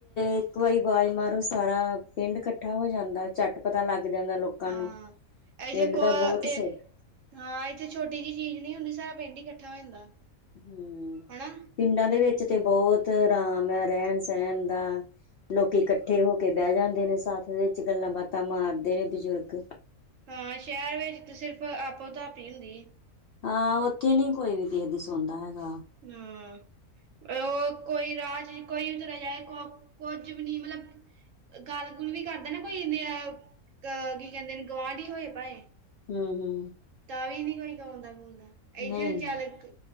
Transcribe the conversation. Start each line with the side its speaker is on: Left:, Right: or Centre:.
Left: ਇੱਕ ਵਾਰੀ ਆਵਾਜ਼ ਮਾਰੋ ਸਾਰਾ ਪਿੰਡ ਇਕੱਠਾ ਹੋ ਜਾਂਦਾ, ਝੱਟ ਪਤਾ ਲੱਗ ਜਾਂਦਾ ਲੋਕ ਲੋਕਾਂ
Right: ਹਾਂ
Left: ਨੂੰ
Right: ਐੇ
Left: ਪਿੰਡ
Right: ਕੋ
Left: ਦਾ ਬਹੁਤ ਸੌਖਾ,
Right: ਇੱਕ ਹਾਂ ਇੱਥੇ ਛੋਟੀ ਜਿਹੀ ਚੀਜ਼ ਨੀ ਹੁੰਦੀ ਸਾਰਾ ਪਿੰਡ ਹੀ ਇਕੱਠਾ ਹੋ ਜਾਂਦਾ।
Left: ਹੂੰ,
Right: ਹਨਾ
Left: ਪਿੰਡਾਂ ਦੇ ਵਿੱਚ ਤੇ ਬਹੁਤ ਆਰਾਮ ਹੈ, ਰਹਿਣ-ਸਹਿਣ ਦਾ। ਲੋਕੀ ਇਕੱਠੇ ਹੋ ਕੇ ਬਹਿ ਜਾਂਦੇ ਨੇ, ਸੱਥ ਵਿੱਚ ਗੱਲਾਂ ਬਾਤਾਂ ਮਾਰਦੇ ਨੇ ਬਜ਼ੁਰਗ
Right: ਹਾਂ ਸ਼ਹਿਰ ਵਿੱਚ ਤਾਂ ਸਿਰਫ਼ ਆਪੋ ਧਪ ਹੀ ਹੁੰਦੀ।
Left: ਹਾਂ ਉੱਥੇ ਨੀ ਕੋਈ ਵੀ ਕਿਸੇ ਦੀ ਸੁਣਦਾ ਹੈਗਾ।
Right: ਹਾਂ, ਉਹ ਕੋਈ ਰਾ ਚ ਕੋਈ ਵੀ ਤੁਰਿਆ ਜਾਏ, ਕੁੱਝ ਵੀ ਨੀ ਮਤਲਬ, ਗੱਲ ਗੁਲ ਵੀ ਕਰਦਾ ਨਾ ਕੋਈ, ਦੇ ਅਹ ਕੀ ਕਹਿੰਦੇ ਨੇ ਗਵਾਢ ਹੀ ਹੋਏ ਭਾਏਂ।
Left: ਹੂੰ-ਹੂੰ,
Right: ਤਾਂ ਵੀ ਨੋ ਕੋਈ ਕਾਉਂਦਾ-ਕਾਉਂਦਾ ਇਥੇ
Left: ਨਹੀਂ
Right: ਚਾਲਕ,